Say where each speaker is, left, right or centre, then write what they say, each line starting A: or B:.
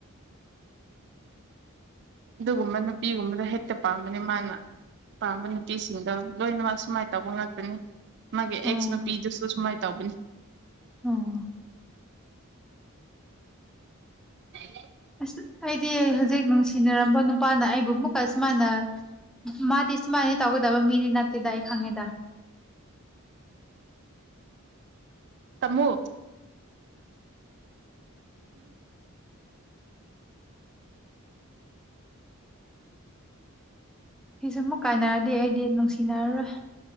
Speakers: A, on the right; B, in the centre.
A: ꯑꯗꯨꯒꯨꯝꯕ ꯅꯨꯄꯤꯒꯨꯝꯕꯗꯣ ꯍꯦꯛꯇ ꯄꯥꯝꯕꯅꯤ ꯃꯥꯅ ꯄꯥꯝꯕ ꯅꯨꯄꯤꯁꯤꯡꯗꯣ ꯂꯣꯏꯅꯃꯛ ꯁꯨꯃꯥꯏꯅ ꯇꯧꯕ ꯉꯥꯛꯇꯅꯤ ꯃꯥꯒꯤ
B: ꯑꯥ
A: ꯑꯦꯛꯁ ꯅꯨꯄꯤꯗꯨꯁꯨ ꯁꯨꯃꯥꯏꯅ ꯇꯧꯕꯅꯤ
B: ꯑꯥ
A: ꯍ
B: ꯑꯁ ꯑꯩꯗꯤ ꯍꯧꯖꯤꯛ ꯅꯨꯡꯁꯤꯅꯔꯝꯕ ꯅꯨꯄꯥꯅ ꯑꯩꯕꯨ ꯑꯃꯨꯛꯀ ꯁꯨꯃꯥꯏꯅ ꯃꯥꯗꯤ ꯁꯨꯃꯥꯏꯅ ꯇꯧꯒꯗꯕ ꯃꯤꯔꯤꯅꯥꯇꯗꯥꯏ ꯈꯥꯉꯦꯗ
A: ꯇꯃꯣ
B: ꯁꯤꯁꯨ ꯑꯃꯨꯛ ꯀꯥꯏꯅꯔꯗꯤ ꯑꯩꯗꯤ ꯅꯨꯡꯁꯤꯅꯔꯔꯣꯏ